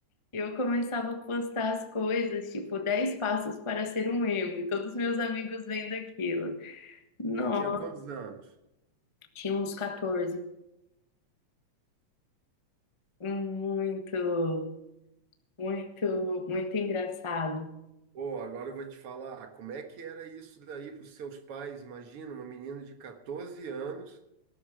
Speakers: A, on the left; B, on the right.
A: eu começava a postar as coisas, tipo, 10 passos para ser um emo. E todos meus amigos vendo aquilo. Nossa,
B: Tu tinha quantos anos?
A: tinha uns 14. Muito, muito, muito engraçado.
B: Pô, agora eu vou te falar, como é que era isso daí para os seus pais? Imagina uma menina de 14 anos